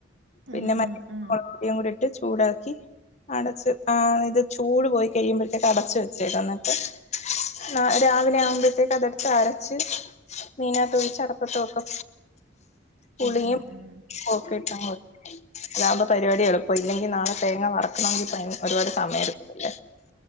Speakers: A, on the left (about 35°); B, on the right (about 65°).
A: പിന്നെ
B: ഉം
A: മറ്റ്
B: ഉം ഉം
A: പൊടിയും കൂടിട്ട് ചൂടാക്കി അടച്ച് ആഹ് ഇത് ചൂട് പോയി കഴിമ്പോഴത്തേക്ക് അടച്ച് വെച്ചേക്ക എന്നിട്ട് ന രാവിലെ ആവുമ്പോഴത്തേക്ക് അതടുത്ത് അരച്ച് മീനാ തൊഴച്ച്ടപ്പത്ത വക്കെ പുളുങ്ങി
B: ഉം ഉം ഉം
A: പോക്കിട്ടങ്ങോ താവുമ്പോ പരിപാടി എളുപ്പം ഇല്ലെങ്കിൽ നാളെ തേങ്ങ വറക്കണമെങ്കിൽ ഒരുപാട് സമയം എടുക്കല്ലേ